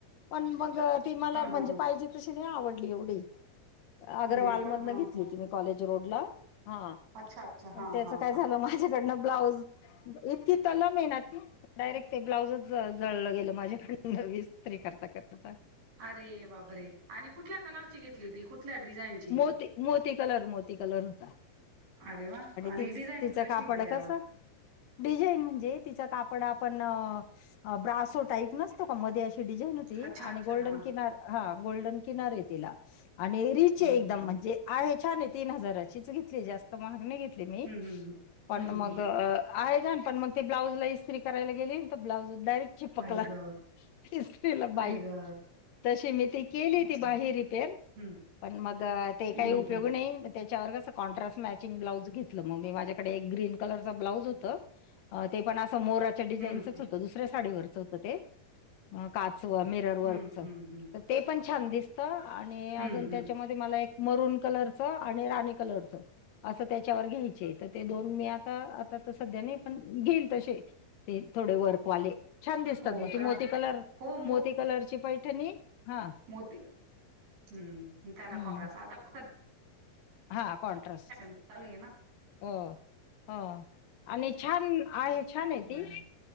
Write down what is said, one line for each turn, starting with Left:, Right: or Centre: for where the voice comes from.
Left: पण मग ती मला
Right: हा
Left: म्हणजे
Right: हा हा
Left: पाहिजे तशी नाही आवड ली. अग्रवाल
Right: नाही का
Left: मधून
Right: हा
Left: घेतली
Right: हा
Left: मी
Right: हा
Left: कॉलेज रोडला. हा.
Right: अच्छा अच्छा
Left: पण
Right: हा
Left: त्याच
Right: हा
Left: काय
Right: हा
Left: झालं माझ्याकडनं ब्लाऊज इतकी तलम येना ती डायरेक्ट ते ब्लाउजच जळलं गेलं माझ्याकडन ईस्त्री करता करता.
Right: अरे बापरे! आणि कुठल्या कलर ची घेतली होती? कुठल्या डिझाईनची?
Left: मोती मोती कलर मोती कलर होता
Right: अरे वा! आणि
Left: तीच
Right: डिझाईन
Left: तिचं
Right: कशी
Left: कापड
Right: होती त्यावर?
Left: कसं डिझाईन म्हणजे तिचं कापड आपण ब्रासो टाईप नसतं का मध्ये अशी डिझाईन ती
Right: अच्छा
Left: आणि
Right: अच्छा
Left: गोल्डन
Right: हा
Left: किनार हा गोल्डन किनार आहे तिला. आणि रिच
Right: हम्म
Left: आहे एकदम
Right: हम्म
Left: म्हणजे आहे छान आहे. तीन हजाराचीच घेतली जास्त महाग नाही घेतली मी.
Right: हम्म
Left: पण
Right: हम्म हम्म
Left: मग
Right: हम्म हम्म
Left: आहे जाण पण मग ते ब्लाउजला इस्त्री करायला गेली तर ब्लाउज डायरेक्ट चिपकला.
Right: आई ग
Left: ईस्त्रीला बाई.
Right: आई ग
Left: तशी मी ती केली.
Right: अच्छा
Left: तीबाही रिपेर
Right: हम्म
Left: पण मग ते
Right: हम्म
Left: काही उपयोग
Right: हम्म
Left: नाही त्याच्यावर कॉ्ट्रास मॅचिंग ब्लाउज घेतल. घेतला. मीमाझ्याकड ग्रिन कलरच ब्लाऊज होत तेपण असा मोर ते डिजाइनच
Right: हम्म
Left: हात ते दुसऱ्या साडीवरच होत ते. काच व मिरर वर्क
Right: हम्म
Left: च.
Right: हम्म हम्म हम्म
Left: ते पण छान दिसत. आणि अजून
Right: हम्म हम्म
Left: त्याच्यामध्ये मला एक मरुन कलर च आणि राणी कलर च. असं त्याच्यावर घ्यायचे तर ते दोन मी आता आता तर सध्या नाही पण घेईल तसे. ते थोडे वर्कवाले छान दिसतात
Right: हो
Left: मग
Right: का
Left: ते. मोती कलर
Right: हो
Left: मोती कलरची पैठणी हा.
Right: म मोती हम्म. त्याला
Left: हम्म
Right: कॉट्रस. आता कॉट्स
Left: हा कॉन्ट्रस.
Right: जाळले ना.
Left: हो हो. आणि छान आहे. छान आहे ती.
Right: बरं